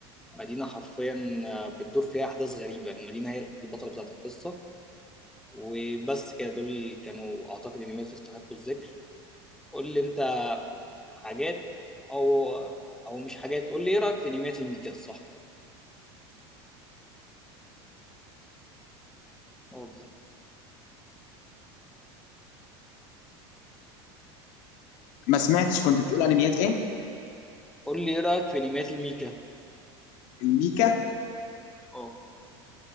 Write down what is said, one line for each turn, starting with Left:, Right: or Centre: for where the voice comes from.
Centre: مدينة حرفيا بتدور فيها أحداث غريبة المدينة هي البطلة بتاعت القصة وبس كده دول كانوا أعتقد إن الناس يستحقوا الذكر قول لي أنت حاجات أو أو مش حاجات قول لي إيه رأيك في أنميات الميكا الصح أه،
Left: ما سمعتش كنت بتقول انميات ايه
Centre: قول لي إيه رأيك في أنميات الميكا
Left: الميكا
Centre: اه